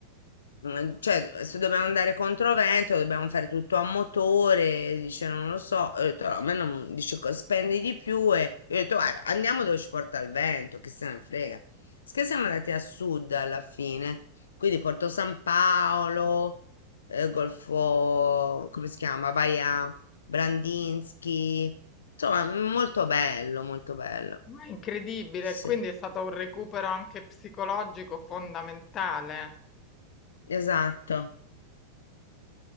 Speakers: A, on the left (about 70°); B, on the left (about 30°).
A: mm, cioè, se dobbiamo andare contro vento, dobbiamo fare tutto a motore, dice, non lo so, ho detto, "No, a me non, dice, "Co- spendi di più e io ho detto, guarda, andiamo dove ci porta il vento, che se ne frega. Sì che siamo andati a sud alla fine quindi Porto San Paolo, eh, Golfo, come si chiama? Baia Brandinsky, insomma, m- molto bello, molto bello.
B: Ma è incredibile,
A: Sì,
B: quindi è stato un recupero anche psicologico fondamentale.
A: esatto.